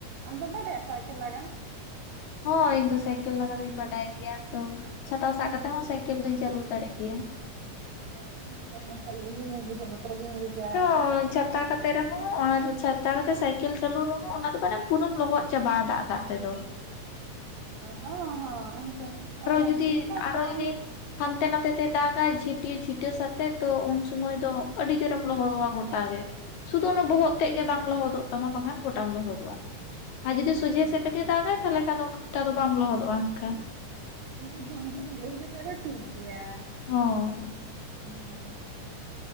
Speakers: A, on the right; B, on the left.
A: ᱟᱢ ᱫᱚᱢ ᱵᱟᱰᱟᱭᱟ ᱥᱟᱭᱠᱮᱞ ᱞᱟᱜᱟ?
B: ᱦᱳᱭ ᱤᱧ ᱫᱚ ᱥᱟᱭᱠᱮᱞ ᱞᱟᱜᱟ ᱫᱩᱧ ᱵᱟᱰᱟᱭ ᱜᱮᱭᱟ, ᱛᱚ ᱪᱷᱟᱛᱟ ᱥᱟᱜ ᱠᱟᱛᱮᱜ ᱦᱚᱸ ᱥᱟᱭᱠᱮᱞ ᱫᱩᱧ ᱪᱟᱹᱞᱩ ᱫᱟᱲᱮ ᱜᱮᱭᱟ ᱾
A: <inaudible> ᱤᱭᱟᱹ ᱜᱤᱧ ᱵᱩᱡᱟ ᱵᱚᱛᱚᱨ ᱜᱤᱧ ᱵᱩᱪᱟ᱾
B: ᱦᱚᱸ ᱪᱷᱟᱛᱟ ᱠᱟᱛ ᱛᱮ ᱨᱮᱦᱚᱸ ᱟᱨ ᱪᱷᱟᱛᱟ ᱠᱟᱛᱮ ᱥᱟᱭᱠᱮᱞ ᱪᱟᱹᱞᱩ ᱨᱮᱦᱚᱸ ᱚᱱᱟ ᱫᱚ ᱢᱟᱱᱮᱢ ᱯᱩᱨᱟᱹᱢ ᱞᱚᱜᱚᱫ ᱪᱟᱵᱟᱜ-ᱟ ᱫᱟᱜ ᱫᱟᱜ ᱛᱮᱫᱚ ᱾ <unintelligible>
A: ᱦᱚᱸ ᱦᱚᱸ ᱮᱱᱛᱮ ᱟᱫᱚ <unintelligible>
B: ᱡᱩᱫᱤ
A: ᱤᱱᱠᱟᱹ
B: ᱟᱨᱚ
A: ᱠᱚᱢ
B: ᱡᱩᱫᱤ ᱦᱟᱱᱛᱮ ᱱᱟᱛᱮ ᱛᱮ ᱫᱟᱜᱟᱭ ᱡᱷᱤᱴᱤ ᱡᱷᱤᱴᱟᱹᱥ ᱟᱛᱮ ᱛᱚ ᱩᱱ ᱥᱩᱢᱟᱹᱭ ᱫᱚ ᱟᱹᱰᱤ ᱡᱳᱨᱮᱢ ᱞᱚᱦᱚᱫᱚᱜ-ᱟ ᱜᱚᱴᱟ ᱜᱮ, ᱥᱩᱫᱩ ᱚᱱᱟ ᱵᱚᱦᱚᱜ ᱛᱮᱫ ᱜᱮ ᱵᱟᱝ ᱞᱚᱦᱚᱫᱚᱜ ᱠᱟᱱᱟ ᱛᱟᱢᱟ ᱵᱟᱠᱷᱟᱱ ᱜᱚᱴᱟᱢ ᱞᱚᱦᱚᱫᱚᱜ-ᱟ, ᱟᱨ ᱡᱩᱫᱤ ᱥᱳᱡᱷᱮ
A: ᱦᱳᱭ
B: ᱥᱮᱫ ᱛᱮᱜᱮ ᱫᱟᱜᱟᱭ ᱛᱟᱞᱦᱮ ᱠᱷᱟᱱ ᱫᱚᱹ ᱩᱱᱟ ᱴᱟ ᱫᱚ ᱵᱟᱢ ᱞᱚᱦᱚᱫᱚᱜ-ᱟ ᱦᱟᱸᱜᱠᱷᱟᱱ᱾
A: ᱤᱝᱠᱟᱹ ᱡᱷᱚᱢ ᱡᱷᱚᱢ ᱡᱟᱹᱲᱤ ᱡᱚᱠᱷᱚᱡ ᱫᱚ ᱴᱷᱤᱠ ᱜᱮᱭᱟ ᱾
B: ᱦᱚᱸ᱾
A: ᱦᱳᱭ᱾